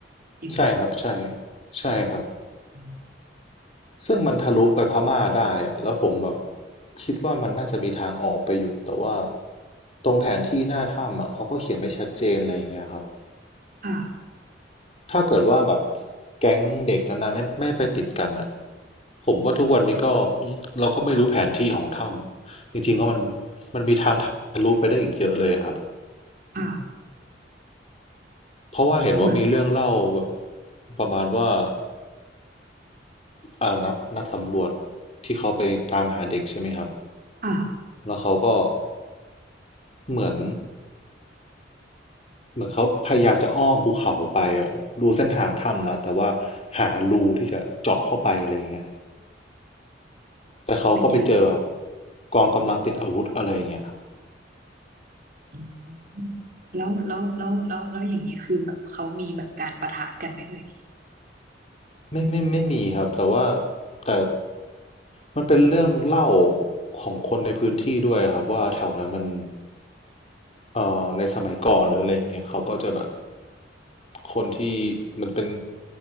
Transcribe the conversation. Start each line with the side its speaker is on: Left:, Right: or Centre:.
Right: อย่างเงี้ย
Left: ใช่ครับใช่ใช่ครับ
Right: อืม
Left: ซึ่งมันทะลุไปพม่าได้อะแล้วผมแบบคิดว่ามันน่าจะมีทางออกไปอยู่แต่ว่าตรงแผนที่หน้าถ้ำอ่ะเขาก็เขียนไม่ชัดเจนอะไรอย่างเงี้ยครับ
Right: อ่า
Left: ถ้าเกิดว่าแบบแก๊งเด็กนานๆไม่ไม่ไปติดกันอ่ะผมว่าทุกวันนี้ก็เราก็ไม่รู้แผนที่ของถ้ำจริงๆก็มัน
Right: อืม
Left: มันมีทางทะลุไปได้อีกเยอะเลยอะครับ
Right: อ่า
Left: เพราะว่าเห็นว่ามีเรื่องเล่าแบบ
Right: เหมือน
Left: ประมาณว่าอ่านักนักสำรวจที่เขาไปตามหาเด็กใช่ไหมครับ
Right: อ่า
Left: แล้วเขาก็เหมือนเหมือนเขาพยายามจะอ้อมภูเขาไปอะดูเส้นทางถ้ำแล้วแต่ว่าหารูที่จะเจาะเข้าไปอะไรอย่างเงี้ย แต่เขาก็ไปเจอแบบ
Right: ไม่เจอ
Left: กองกำลังติดอาวุธอะไรอย่างเงี้ย
Right: อืมแล้วแล้วแล้วแล้วแล้วอย่างนี้คือแบบเขามีแบบการปะทะกันไหมเอ่ย
Left: ไม่ไม่ไม่มีครับแต่ว่าแต่มันเป็นเรื่องเล่าของคนในพื้นที่ด้วยครับว่าแถวนั้นมันเอ่อในสมัยก่อนหรืออะไรอย่างเงี้ยเขาก็จะแบบคนที่มันเป็น